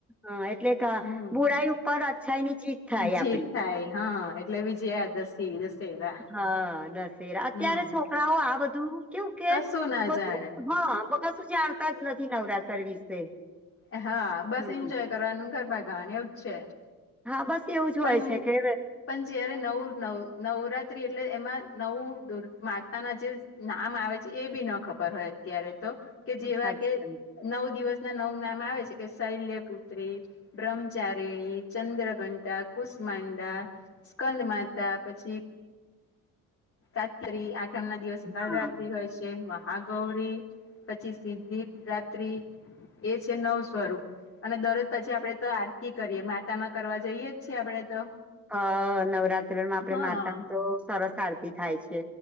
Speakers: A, in the centre; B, on the left.
A: હા એટલે કે
B: હમ
A: બુરાઈ ઉપર અચ્છાઈ ની જીત થાય
B: જીત
A: આપડી.
B: થાય હા એટલે વિજયાદસ મી દશેરા
A: હા દશેરા અત્યારે
B: હમ
A: છોકરાઓ આ બધું કેવું કે
B: કશું ના
A: બધું
B: જાણે
A: હા બહોત જાણતા જ નથી નવરાતર વિશે.
B: એ હા બસ
A: હમ
B: ઇન્જોય કરવાનું ન ગરબા ગાવાની એવુંચ છે.
A: હા બસ એવું જ હોય
B: પણ
A: છે કે
B: પણ જયારે નવું નવ નવ નવરાત્રી એટલે એમાં નવું દુર માતાના જે નામ આવે છે એ બી ન ખબર હોય અત્યારે તો કે જેવા
A: સાચી
B: કે નવ દિવસ ના નવ નામ આવે છે કે શૈલ્ય પુત્રી બ્રહ્મચારીણી ચંદ્રઘંટા કુસમાંડા સ્કંદ માતા પછી <unintelligible> આઠમ ના દિવસે કાલ
A: હા
B: રાત્રી હોય છે. કે મહાગૌરી પછી સિદ્ધિ રાત્રી એ છે નવ સ્વરૂપ. અને દરરોજ પછી આપડે તો આરતી કરીએ માતામાં કરવા જઈએ જ છે આપડે તો.
A: હ નવરાત્રીમાં આપડે
B: હા
A: માતા તો સરસ આરતી થાય છે.